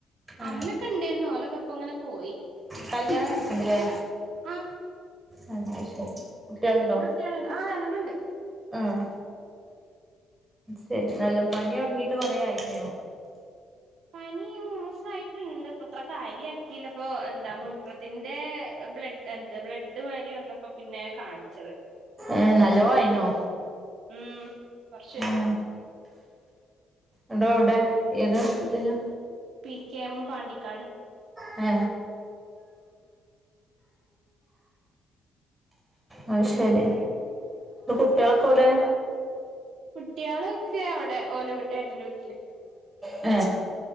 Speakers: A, on the right; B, on the right.
A: ആ
B: അമ്മക്കെ ഇണ്ടായിരുന്നു ഓലക്കെ ഇപ്പ ഇങ്ങനെ പോയി
A: കല്ല്യാണം കഴിച്ചാണില്ലേ
B: ആഹ്
A: ആ ശരി കുട്ടികളുണ്ടോ
B: ട്ടികളുണ്ട് ആ രണ്ടണ്ണണ്ട്
A: ആഹ് ശരി നല്ല പനി തൊടങ്ങീട്ട് കൊറേ ആയില്ലിയൊ
B: പനിയും കൊറച്ചൂസായിട്ട്ണ്ട് പത്ര കാര്യാക്കിയില്ലപ്പൊ എന്താ മൂത്രത്തിന്റെ ബ്ലഡ് എന്ത് ബ്ലഡ് മാതിരി വന്നപ്പൊ പിന്നെ കാണിച്ചത്
A: ഏ നല്ലോ ആയിനോ
B: ഉം കൊറച്ച്
A: ഏ എടോ എവിടെ ഏത് ഹോസ്പിറ്റലിൽ ആ
B: പി കെ എം പാണ്ടിക്കാട്
A: ഏ അത് ശെരി
B: അങ്ങനെ
A: ഇപ്പ കുട്ട്യാളൊക്കെവടെ
B: കുട്ട്യാളൊക്കെവടെ ഓലെ ഏട്ടന്റെ വീട്ടില്
A: ഏ